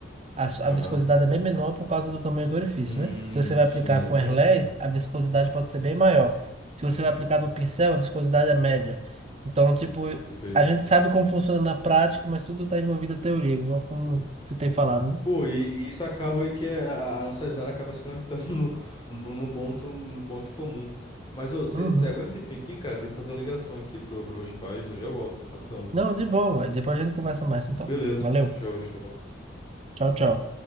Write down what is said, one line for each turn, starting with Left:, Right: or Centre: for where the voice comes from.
Right: a, su- a
Left: Aham.
Right: viscosidade é bem menor por causa do tamanho do orifício,
Left: Hum,
Right: né? Se você vai
Left: sim,
Right: aplicar
Left: exatamente.
Right: com airless, a viscosidade pode ser bem maior. Se você vai aplicar no pincel, a viscosidade é média. Então, tipo,
Left: Perfeito.
Right: a gente sabe como funciona na prática, mas tudo está envolvido a teoria, igual como você tem falado, né?
Left: Pô, e e isso acaba aí que é a, a nossa área acaba se conectando <laughs> no, no, num ponto, no ponto comum. Mas, ô, você
Right: Uhum.
Left: aguenta um tempinho aqui, cara? Tem que fazer uma ligação aqui pro, pro meus pais, eu já volto, rapidão.
Right: Não, de boa. véi. Depois a gente conversa mais, então.
Left: Beleza,
Right: Valeu.
Left: show, show.
Right: Tchau, tchau.